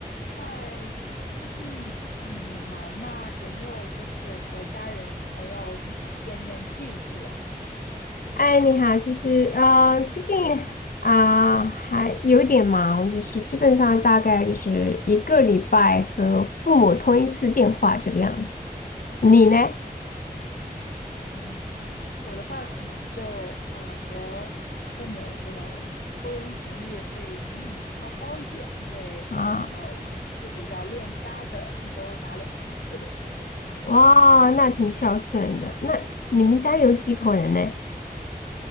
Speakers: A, on the left; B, on the left.
A: 嗨，最近你忙吗？有没有就是和家人朋友经常见面聚一聚呀？
B: 哎，你好，就是啊，最近啊、还有一点忙，就是基本上大概就是一个礼拜和父母通一次电话这个样子。你呢？
A: 嗯，我的话可能就呃和父母的沟通频率会比你稍高一点，因为呃我可能还是比较恋家的，
B: 啊，
A: 一周打两三次的这种情况。
B: 哇，
A: 对，
B: 那挺孝顺的。那你们家有几口人呢？